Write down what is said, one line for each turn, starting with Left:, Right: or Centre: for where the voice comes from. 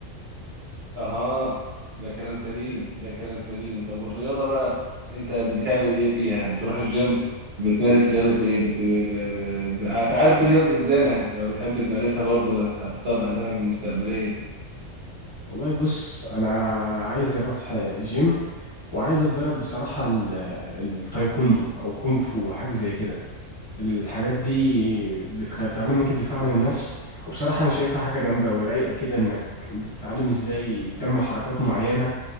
Right: اها ده كلام سليم ده كلام سليم طب والرياضه بقى انت بتعمل ايه فيها بتروح الجيم بتمارس رياضه ايه بت... ب... ب... ب... عارف عارف رياضه الزانه لو بتحب تمارسها برضه ده هتحطها في اهدافك المستقبليه
Left: والله بص انا عايز اروح جيم وعايز اتدرب بصراحة ال- التايكوندو او كونغ فو حاجة زي كده الحاجات دي بتعلمك الدفاع عن النفس وبصراحة انا شايفها حاجة جامدة أوي رايقة كده انك بتتعلم ازاي تعمل حركات معينة